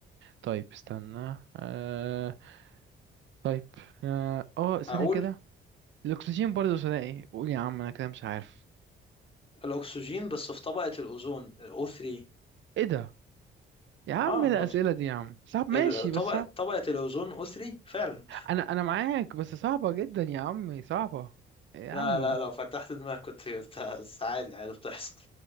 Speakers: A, on the right; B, on the left.
A: طيب استنى آه طيب اه آه، ثانية
B: هقول
A: كده الاكسجين برضه ثنائي قول يا عم انا كده مش عارف
B: الاكسجين بس في طبقه الاوزون o 3
A: ايه ده يا عم
B: اه
A: إيه الاسئلة دي يا عم صعب ماشي
B: ال- طبقة
A: بس صعب
B: طبقة الأوزون أثري فعلا
A: انا انا معاك بس صعبة جدا يا عمي صعبة يا
B: لا
A: عم
B: لا لو فتحت دماغك كنت <laughs> بس عادي عادي بتحصل